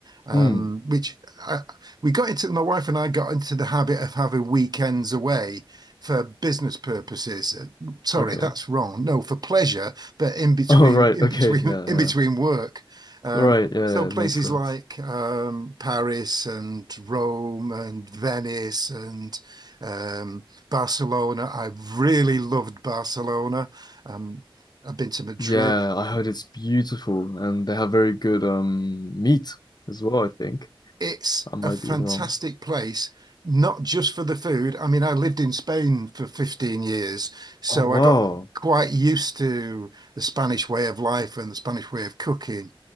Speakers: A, on the right; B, on the left.
A: um,
B: Hmm.
A: which I, we got into. My wife and I got into the habit of having weekends away for business purposes. Uh, Sorry,
B: Okay.
A: that's
B: <laughs>
A: wrong. No, for pleasure, but in between,
B: Oh, right.
A: in
B: Okay.
A: between,
B: Yeah,
A: <laughs>
B: yeah.
A: in between work. Um,
B: Right. Yeah,
A: so
B: yeah,
A: places
B: it makes sense.
A: like um, Paris and Rome and Venice and. Um, Barcelona. I've really loved Barcelona. Um, I've been to Madrid.
B: Yeah, I heard it's beautiful and they have very good um meat as well, I think.
A: It's
B: I might
A: a fantastic
B: be wrong.
A: place, not just for the food. I mean, I lived in Spain for 15 years, so
B: Oh, wow.
A: I got quite used to the Spanish way of life and the Spanish way of cooking.